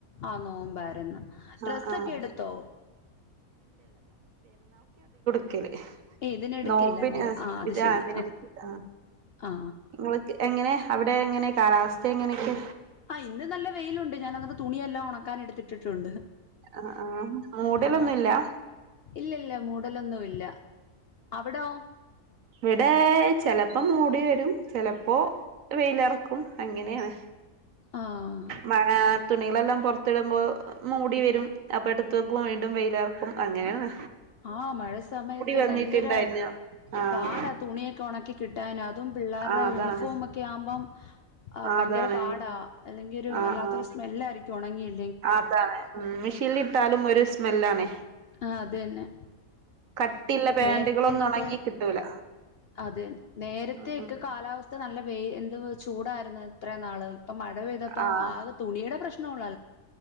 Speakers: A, on the left (about 60°); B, on the right (about 65°).
A: ആ നോമ്പാരന്ന് ഡ്രസൊക്കെ
B: ആഹ് ആഹ്
A: എടുത്തോ
B: ല്ലേ
A: ഏ ഇതിനെടുക്കില്ല
B: നോമ്പിന്
A: അല്ലേ ആ അത്
B: ഇത്
A: ശരി
B: ആതിന ആ
A: ആ
B: നിങ്ങക്ക് എങ്ങനെ അവിടെ എങ്ങനെ കാലാവസ്ഥ എങ്ങനെയൊക്കെ
A: ആഹ ഇന്ന് നല്ല വെയിലുണ്ട് ഞാൻ അക്ക് തുണിയല്ല ഉണക്ക ക്കൻ എടുത്തിട്ടിട്ടുണ്ട്
B: ആഹ് ആഹ് മൂടലൊന്നുല്ല
A: ആ
B: ആഹ്
A: ഇല്ലല്ല മൂടലൊന്നും ഇല്ല അവിടോ
B: വിടെ ചെിലപ്പോ മൂടി വരും ചിലപ്പോ വെയിലിറക്കും അങ്ങനെയാണ്
A: ആ
B: മഴ തുണികളെല്ലാം പുറത്തിടുമ്പോൾ മൂടി വരും അപ്പൊ എടുത്ത വെക്കും വീണ്ടും വെയിലറക്കും അങ്ങനെയല്ല
A: ആഹ മഴ സമയത്ത്
B: വന്നിട്ടുണ്ടായിരുന്നു
A: ഭയങ്കര
B: ആഹ്
A: പാടാ തുണിയൊക്കെ ഉണക്കി കിട്ടൻ അതും പിള്ളേരുടെ
B: ആഹ് അതാണ്
A: യൂണിഫോം ഒക്കെ ആകുമ്പം
B: ആഹ്
A: ഭയങ്കര
B: അതാണ്
A: പാടാ അല്ലെങ്കിൽ ഒരു
B: ആഹ്
A: വല്ലാത്തരു
B: ആഹ്
A: സ്മെല്ല ആായിരിക്കും ഉണങ്ങിട്ട
B: അതാണ് ഉ മെഷീൽ ഇട്ടാലും ഒരു സ്മെല്ലാാണ്
A: ആ അത് തന്നെ
B: കട്ടിയുള്ള പാന്റുകളൊന്നും
A: നേരത്തൊക്കെ
B: ഒണങ്ങി കിട്ടൂല
A: അതെ നേരത്തെ
B: ഉം
A: ഒക്കെ
B: ഉം
A: കാലാവസ്ഥ നല്ല എന്ത് ചൂടായിരുന്നു ഇത്ര നാള് ഇപ്പ മഴ പെയ്തപ്പോ
B: ആഹ്
A: ആകെ തുണിയുടെ പ്രശ്നം അ